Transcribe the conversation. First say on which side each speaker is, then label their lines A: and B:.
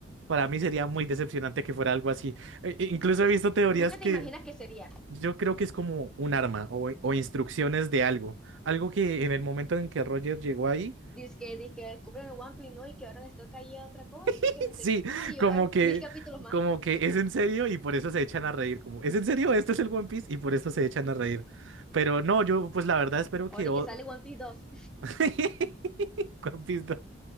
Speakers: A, on the right; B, in the centre.
A: para mí sería muy decepcionante que fuera algo así. E- e incluso he visto teorías
B: ¿Tú qué
A: que
B: te imaginas que sería?
A: yo creo que es como un arma o, o instrucciones de algo. Algo que en el momento en que Roger llegó ahí.
B: Dice que, dice que descubren el One Piece, ¿no? Y que ahora les toca ir a otra cosa,
A: <laughs>
B: que no
A: Sí,
B: sé qué más, y
A: como
B: ahora
A: que,
B: mil capítulos más.
A: como que es en serio y por eso se echan a reír. Como, ¿es en serio? Esto es el One Piece y por eso se echan a reír. Pero no, yo pues la verdad espero
B: Ahora
A: que o-
B: y que sale One Piece dos.
A: <laughs> Juan Pisto.